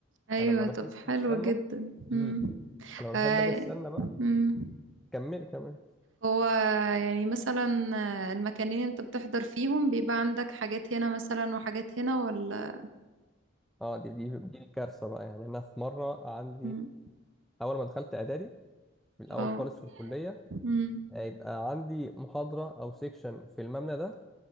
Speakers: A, on the right; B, in the centre.
A: ايوه
B: فلما بحب
A: طب حلوة
B: أستنى
A: جدا مم.
B: امم فلما
A: هاي
B: بحب أجي أستنى بقى
A: مم.
B: كمل كمل
A: هو يعني مثلا المكانين انت بتحضر فيهم بيبقى عندك حاجات هنا مثلا وحاجات هنا ولا
B: اه دي دي دي الكارثة بقى يعني أنا في مرة عندي
A: مم.
B: أول ما دخلت إعدادي في الأول
A: اه
B: خالص في الكلية
A: مم.
B: هيبقى عندي محاضرة أو سيكشن في المبنى ده